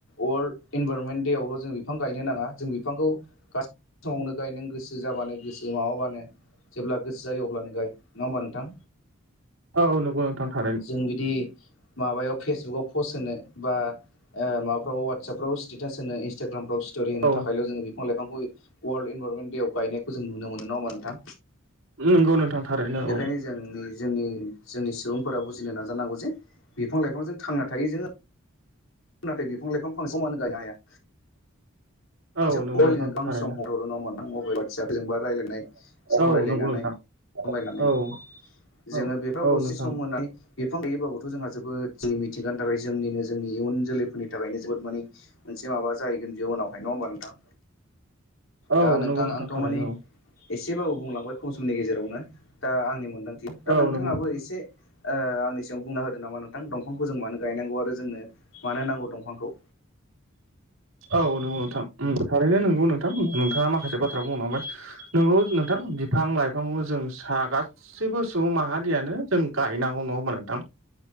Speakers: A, on the left; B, on the right.
A: वर्ल्ड इनभाररमेन्ट देवाल' जों बिफां गायनो नाङा जों बिफांखौ गा समावनो गाय नों गोसो जाबानो गोसो माबाबानो जेब्ला गोसो जायो अब्लानो गाय नङा होमबा नोंथां?
B: औ नंगौ नोंथां थारैनो
A: जों बिदि माबायाव फेसबुकाव पस्ट होनो बा माबाफ्राव वाट्सप फ्राव सटेटास होनो इन्स्टाग्रफ्राव स्टरि होनो
B: औ
A: थाखायल' जो बिफां लाइांखौ वार्लड इनभाररनमन्टेव गायनाय खौ जों नुनो मोनो नङा होमबा नोंथां
B: नंगौ नोंथां थारैनो
A: बेखायनो जोंनि जोंनि सुबुंफोरा बुिनो नाजांगौ जे बिफां लाइफांजों थांना थायो जो नाथाय बिफां लाइफां फां समानो गायनो हाया
B: औ
A: जों
B: नंगौ
A: मबाइलनो
B: नोंथां
A: गोबां
B: थारैनो
A: सम हरो नङा होमबा नोंथां मबाइल <inaudible> फिसाफोर जोंबा रायज्लायनाय सावरायलायनानै
B: औ नंगौ नोंथां
A: लायनानै
B: औ
A: जोङो
B: औ
A: बेफोराव
B: औ
A: दसे
B: नोंथां
A: सम होनानै बिफां गैयैबाबोथ' जोंहा जोबोद जोंनि मिथिंगानि थाखाय जोंनिनो जोंनि इयुन जोलैफोरनि थाखायनो जोबोद माने मोनसे माबा जाहैगोन जिउनावहाय नङा होमबा नोंथां
B: औ
A: दा नोंथां
B: नंगौ
A: आंथ'
B: थारैनो
A: मानि एसेबाबो बुंलांबाय खम समनि गेजेरावनो दा आंनि मोनदांथि
B: औ
A: दा
B: औ
A: नोंथाङाबो
B: नंगौ
A: एसे ओ आंनि सिम बुंना होदो नामा नोंथां दंफांखौ जों मानो गायनांगौ आरो जोंनो मानो नांगौ दंफांखौ
B: औ नंगौ नोंथां उम थारैनो नंगौ नोंथां नोंथाङा माखासे बाथ्रा बुंलांबाय नोंगौ नोंथां बिफां लाइफांखौ जों सा गा सैबो सुबुं माहारियानो जों गायनांगौ नङा होनबा नोंथां?